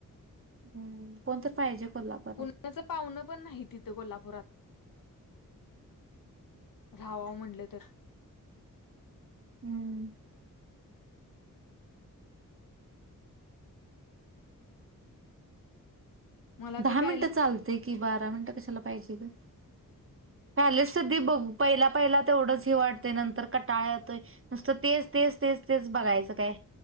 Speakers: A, on the right; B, on the left.
A: अं कोण तर पाहिजे कोल्हापूरात.
B: पुण्याचं पाहुणं पण नाही तिथं कोल्हापुरात. राव्हावं म्हणलं तर
A: <unintelligible>
B: मला
A: दहा
B: ते प्याले
A: मिनिटं चालते की बारा मिनिटं कशाला पाहिजे ग. <unintelligible> पहिला पहिला तेवढंच हे वाटतंय नंतर कटाळा यतोय नुसत तेच तेच तेच तेच बघायचं काय